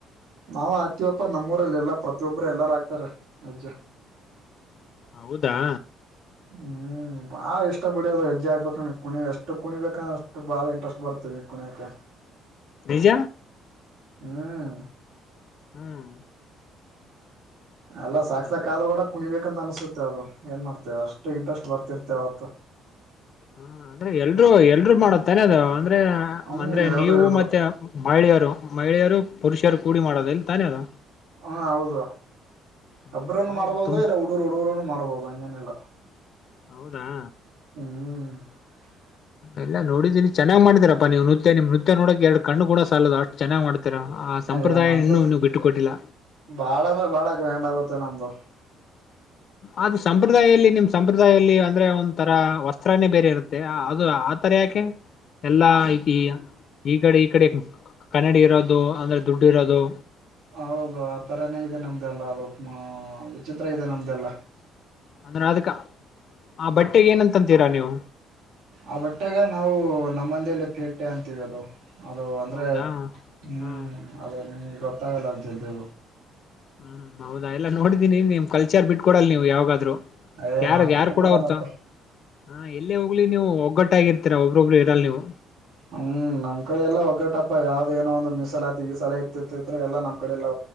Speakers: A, on the right; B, on the left.
A: ನಾವ ಆಕ್ತಿವಪ್ಪಾ ನಮ್ಮೂರಲ್ಲಿ ಎಲ್ಲಾ ಪ್ರತಿಯೊಬ್ಬರು ಎಲ್ಲಾರ ಆಕ್ತಾರೆ ಹೆಜ್ಜಾ.
B: ಹೌದಾ..
A: ಹ್ಮ್.. ಭಾಳ ಇಷ್ಟ ಬಿಡ ಅದು ಹೆಜ್ಜೆಕ್ಬೇಕಂದ ಕುಣಿ ಎಷ್ಟು ಕುಣಿಬೇಕೇಕ ಅಷ್ಟು ಭಾಳ ಇಂಟ್ರೆಸ್ಟ್ ಬರ್ತೀವಿ.. ನ
B: ನಿಜ
A: ಹ್ಮ್..
B: ಹ್ಮ್.
A: ಅಲ್ಲ
B: ಹೌದಾ
A: ಸಾಕಕ್ ಸಾಕ ಆದ್ರೂ ಕೂಡ ಕುಣಿಬೇಕು.. ಬಂತ ಅನ್ಸುತ್ತೆ ಅದು ಏನ್ ಮಾಡ್ತ ಅಷ್ಟು ಇಂಟ್ರೆಸ್ಟ್ ಬರ್ತಿರ್ತೆ ಅವವತ್ತು..
B: ಹ ಅಂದ್ರೆ ಎಲ್ರುೂ ಎಲ್ರುೂ ಮಾಡ ತಾನೆ ಅದು.. ಅಂದ್ರೆ
A: ಹ್ಮ್
B: ಅಂದ್ರೆ
A: ಎಲ್ರು
B: ನೀವು
A: ಎಲ್ರು
B: ಮತ್ತೆ ಮಹಿಳೆಯರು ಮಹಿಳೆಯರು ಪುರುಷರು ಕೂಡಿ ಮಾಡೋದು ಇಲ್ಲಿ ತಾನೇ ಅದು..
A: ಹಾ ಹೌದ
B: ಹ್ಮ್
A: ಒಬ್ರನು
B: ನೋಡಿ
A: ಮಾಡ್ಬೋದು
B: ತುಂಬ
A: ಇಲ್ಲ ಹುಡುೂರು ಹುಡರು ಮಾಡ.. ಕೊಬೋದು ಅನಲ್ಲ.
B: ಹೌದಾ..
A: ಹ್ಮ್..
B: ಎಲ್ಲ ನೋಡಿದ್ದೀ ಚನ್ನಾಗ್ ಮಾಡತೀರಪ್ಪಾ ನೀವು ನೃತ್ಯಮ ನೃತ್ಯ ನೋಡಕ್ ಎರಡ್ ಕಣುಣ ಸಾಲ ಅಷ್ಟ ಚನ್ನಾಗ್ ಮಾಡತ.. ರ ಆ ಸಂಪ್ರದಾಯ
A: ಏ ನಮ್ದು
B: ಇನ್ನೂ ನೀವು ಬಿಟ್ಟುಕೊಟ್ಟಿಲ್ಲ.
A: ಬಾಳ ಅಂದ್ರೆ ಬಾಳ ಗ್ರ್ಯಾಂಡ್ ಆಗುತ್ತೆ ನಮ್ದು
B: ಅದು ಸಂಪ್ರದಾಯದಲ್ಲಿ ನಿಮ ಸಂಪ್ರದಾಯದಲ್ಲಿ ಅಂದ್ರೆ ಒಂ ತರ ವಸ್ತ್ರಾನೇ ಬೇರೆ ಇರುತ್ತೆ ಅದು.. ಆತರ ಯಾಕೆ ಎಲ್ಲಾ ಈಐತಿ. ಈ ಕಡೆ ಈ ಕಡೆ ಕನ್ನಡಿ ಇರೋದು ಅಂದ್ರೆ ದುಡ್ಡು ಇರೋದು..
A: ಹೌದು ಆ ತರನೇ ಇದೆ ನಮ್ದೆಲ್ಲಾ ಅದು ವಿಚಿತ್ರ ಇದೆ ನಮ್ದೆಲ್ಲ..
B: ಅಂದ್ರೆ ಅದಕ್ಕೆ ಆ ಬಟ್ಟೆ ಏನಂತಂತೀರಾ ನೀವು..
A: ಆ ಬಟ್ಟೆಗೆ ನಾವು ನಮ್ಮಂದೇಲಿ ಪೇಟೆ ಅಂತೀವಿ ಅದು ಅದು ಅಂದ್ರೆ
B: ಹೌದಾ
A: ಹ್ಮ್
B: ಹಾ
A: ಅದು ನಿಮ.. ಗೊತಾಗಲದು ಅಷ್ಟು ಜಲ್ದಿ..
B: ಹ್ಮ್ ಹೌದಾ ಎಲ್ಲ ನೋಡಿದೀನಿ ನಿಮ್ ಕಲ್ಚರ್ ಬಿಟ್ ಕೊಡಲ್ ನೀವು ಯಾವಾಗಾದ್ರು..
A: ಏ
B: ಯಾರ
A: ನಾವು ಬಿಟ್ಟು
B: ಯಾರು ಕೂಡ
A: ಕೊಡಲ್ಲಪ್ಪ
B: ಹೊರ್ತ ಹ ಎಲ್ಲೇ ಹೋಗ್ಲಿ ನೀವು ಒಗ್ಗಟ್ಟ.. ಒಗ್ಗಟ್ಟಗಿಆಗಿರ್ತೀರ ಒಬ್ಬೊಬ್ರು ಇರಲ್ಲ ನೀವು..
A: ಹ್ಮ್ ನಮ್ ಕಡೆ ಎಲ್ಲಾ ಒಗ್ಗಟ್ಟಪ್ಪಾ ಯಾವ್ದೇಏನೋ ಒಂದು ಮೀಸಲಾತಿ ಗಿಸಲಾತಿ ಇತ್ತ್ರ ಎಲ್ಲ ನಮ್ಮ್ ಕಡೆ ಎಲ್ಲ..